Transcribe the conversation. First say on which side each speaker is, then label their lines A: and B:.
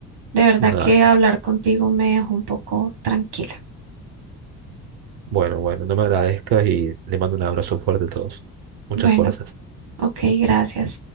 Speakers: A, on the right; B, on the right.
A: De verdad
B: Nada,
A: que hablar contigo me dejó un poco tranquila.
B: bueno, bueno, no me agradezcas y le mando un abrazo fuerte a todos. Muchas
A: Bueno,
B: fuerzas.
A: ok, gracias.